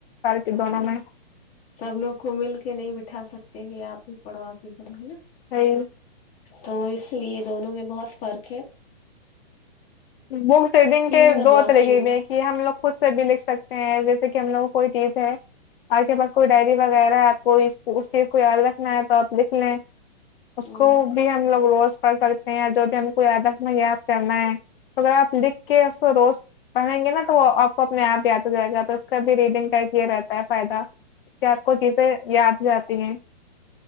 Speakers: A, on the left; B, on the left.
A: کے
B: ہاں
A: دونوں میں
B: سب لوگ کو مل کے نہیں بٹھا سکتے کہ آپ پڑو آپ پڑو ہے نا
A: ساہی
B: تو اس لیے دونوں میں بہت فرق ہے
A: بک ریڈنگ کے
B: میں اور
A: دو
B: واچنگ
A: طریقے
B: میں
A: بھی ہیں کہ ہم لوگ خود سے بھی لکھ سکتے ہیںیس جس کہ ہم لوگوں کوئی چیز ہے آپ کے پاس کوئی ڈائری وغیرہ ہے آپ کو اس چیز کو یاد رکھنا ہے تو آپ لکھ لیں اس
B: ہوں
A: کو بیم لگ رہو پڑھ سکتے ہیں جو بھی ہم کو یادکھنا یاد کرنا ہے اگر آپ لکھ کے اس کو روز پڑھیں گے نا تو وہپ کو اپنے آپ یاد ہو جائے گا تو اس کا بھی ریڈنگ ائ یہ رہتا ہے فائدہ کیا آپ کو چیزیں یاد جاتی ہیں